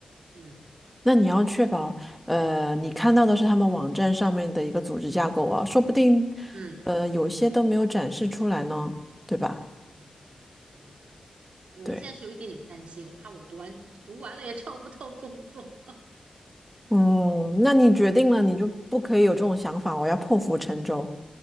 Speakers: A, on the right; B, in the centre.
A: 人。嗯
B: 那你要确保，呃，你看到的是他们网站上面的一个组织架构啊，说不定，
A: 嗯。
B: 呃，有些都没有展示出来呢，对吧？
A: 嗯，也有可能。我现在是有一点点担心，
B: 对，
A: 我怕我读完读完了也找不到工作。<laughs>
B: 嗯，那你决定了，你就不可以有这种想法，我要破釜沉舟。